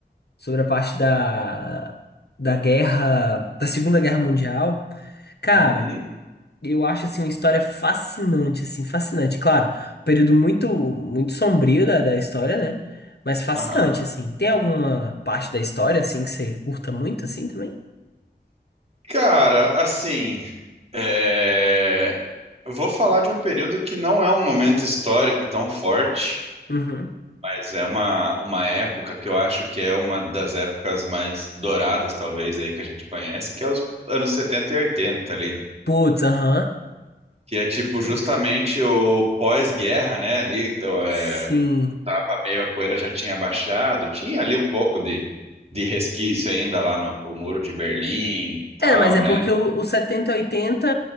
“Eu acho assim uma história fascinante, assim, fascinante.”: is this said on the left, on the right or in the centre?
Left